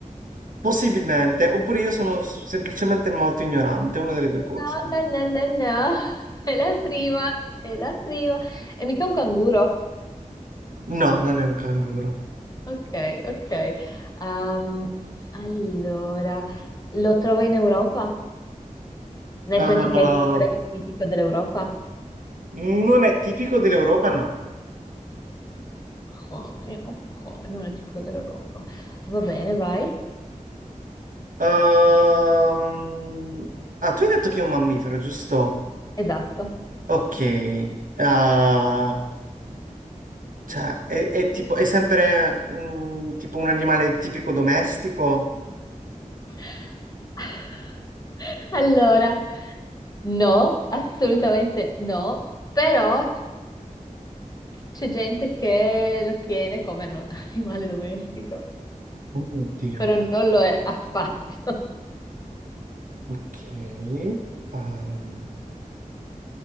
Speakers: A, on the right; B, on the left.
A: Possibilmente, oppure io sono s- semplicemente molto ignorante, una delle due cose.
B: No, no, no, no, no, è la prima, è la prima. È mica un canguro.
A: No, non è un canguro.
B: Ok, ok. Ehm, allora, lo trovo in Europa? Nel
A: Uh,
B: senso che sarebbe tipico dell'Europa?
A: non è tipico dell'Europa, no.
B: Ok, ok, non è tipico dell'Europa. Va bene, vai.
A: Ehm, ah, tu hai detto che è un mammifero, giusto?
B: Esatto.
A: Ok, ah, cioè, è, è tipo, è sempre mm, tipo un animale tipico domestico?
B: <laughs> Allora, no, assolutamente no, però c'è gente che lo tiene come non- animale domestico,
A: Oddio,
B: però non lo è affatto.
A: ok. Ehm,